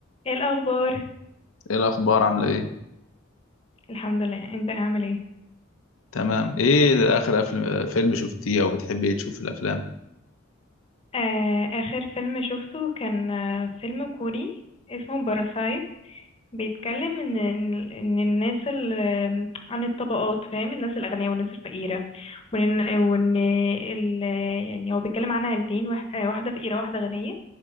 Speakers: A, on the left; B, on the left.
A: ايه الاخبار
B: ايه الاخبار عامله ايه
A: الحمد لله انت عامل ايه
B: تمام ايه اخر أفلم... فيلم شفتيه او بتحبي ايه تشوف في الافلام
A: آه اخر فيلم شفته كان آه فيلم كوري اسمه باراسايت بيتكلم ان ان الناس ال- آم، عن الطبقات فاهم الناس الاغنياء والناس الفقيره وان وان ال يعني هو بيتكلم عن عيلتين واح- آه، واحده فقيره واحده غنيه